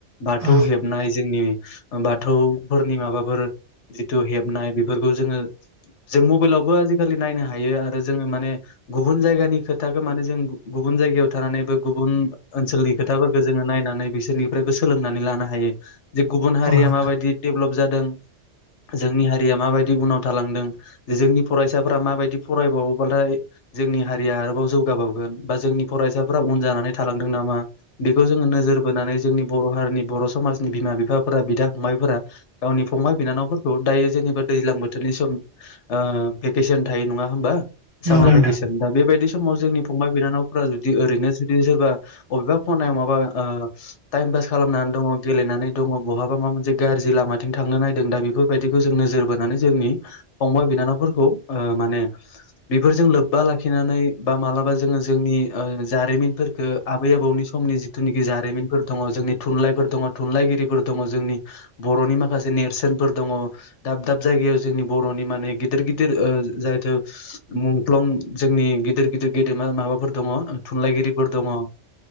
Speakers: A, on the left (about 80°); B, on the right (about 35°).
A: बाथौ
B: औ
A: हेबनाय जोंनि बाथौफोरनि माबाफोर जिथु हेबनाय बेफोरखौ जोङो जों मबेलावबो आजिखालि नायनो हायो आरो जोङो माने गुबुन जायगानि खोथाखौ माने जों गु गुबुन जायगायाव थानानैबो गुबुन ओनसोलनि खोथाफोरखौ जोङो नायनानै बिसोरनिफ्रायबो सोलोंनानै लानो हायो। जे गुबुन
B: नंगौ
A: हारिया
B: नोंथां
A: माबायदि डेभलप जादों जोंनि हारिया माबायदि उनाव थालांदों जोंनि फरायसाफोरा माबायदि फरायबावोबालाय जोंनि हारिया आरोबाव जौगाबावगोन। बा जोंनि फरायसाफ्रा उन जानानै थालांदों नामा बेखौ जोङो नोजोर बोनानै जोंनि बर' हारिनि बर' स समाजनि बिमा बिफाफोरा बिदा फंबायफोरा गावनि फंबाय बिनानावफोरखौ दायो जेनेबा दैज्लां बोथोरनि सम ओ भकेसन थायो नङा होमबा
B: नंगौ
A: सामार
B: नोंथां
A: भेकेसन दा बेबायदि समाव जोंनि फंबाय बिनानावफोरा जुदि ओरैनो जुदि सोरबा अबेबा खनायाव माबा ओ टाइम पास खालामनानै दङ गेलेनानै दङ बहाबा माबा मोनसे गाज्रि लामाथिं थांनो नायदों दा बेफोरबायदिखौ जों नोजोर बोनानै जोंनि फंबाय बिनानावफोरखौ ओ माने बेफोरजों लोब्बा लाखिनानै बा मालाबा जोङो जोंनि ओ जारिमिनफोरखो आबै आबौनि समनि जिथुनाखि जारिमिनफोर दङ जोंनि थुनलाइफोर दङ थुनलाइगिरिफोर दङ जोंनि बर'नि माखासे नेरसोनफोर दङ दाब दाब जायगायाव जोंनि बरनि मने गेदेर गिदिर जायथु मुंख्लं जोंनि गदिर गदिर ग देमा माबाफोर दङ थुनलाइगिरिफोर दङ। ओ